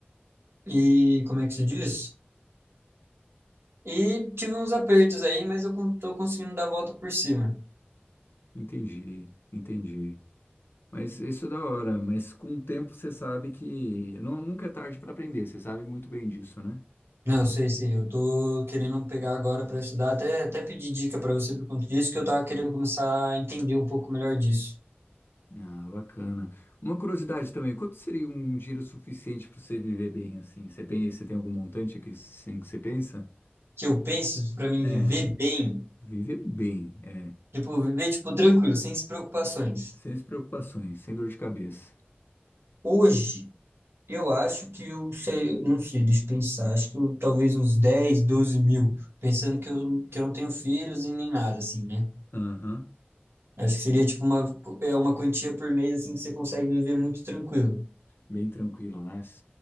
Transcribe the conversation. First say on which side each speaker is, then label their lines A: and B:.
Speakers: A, on the right; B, on the left.
A: e como é que se diz? E tive uns apertos aí, mas eu con- tô conseguindo dar a volta por cima.
B: Entendi, entendi. Mas isso é da hora, mas com o tempo você sabe que nu- nunca é tarde para aprender, você sabe muito bem disso, né?
A: Não, sei, sei. Eu tô querendo pegar agora para estudar. Até, até pedir dica para você por conta disso, que eu tava querendo começar a entender um pouco melhor disso.
B: Ah, bacana. Uma curiosidade também, quanto seria um dinheiro suficiente para você viver bem assim? Você pensa, você tem algum montante aqui assim que você pensa?
A: que eu penso para mim
B: É,
A: viver bem,
B: viver bem, é,
A: tipo, viver tipo tranquilo, sem preocupações.
B: sem as preocupações, sem dor de cabeça.
A: Hoje, eu acho que eu sei, não sei, deixa eu pensar, acho que eu, talvez uns 10, 12 mil, pensando que eu, que eu não tenho filhos e nem nada assim, né?
B: Aham,
A: Acho que seria tipo uma, é uma quantia por mês assim que você consegue viver muito tranquilo.
B: Bem tranquilo, né?